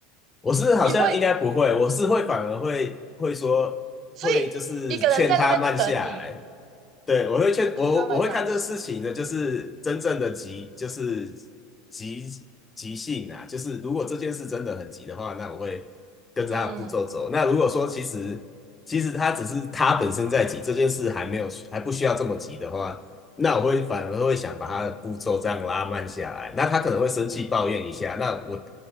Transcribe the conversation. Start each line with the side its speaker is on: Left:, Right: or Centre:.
Left: 我是好像应该不会，
Right: 你会，
Left: 我是会反而会会说会就是劝他慢下来，
Right: 所以一个人在那边等你。
Left: 对，我会劝我我会看这个事情的，
Right: 我劝他们来是，
Left: 就是真正的急，就是急急性啊，就是如果这件事真的很急的话，那我会跟着他的步骤走。
Right: 嗯，
Left: 那如果说其实其实他只是他本身在急，这件事还没有还不需要这么急的话，那我会反而会想把他的步骤这样拉慢下来。那他可能会生气抱怨一下，那我